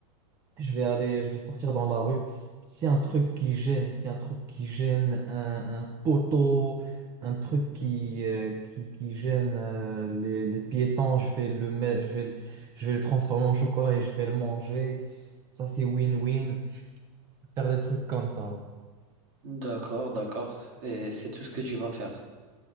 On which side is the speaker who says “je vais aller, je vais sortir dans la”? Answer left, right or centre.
Right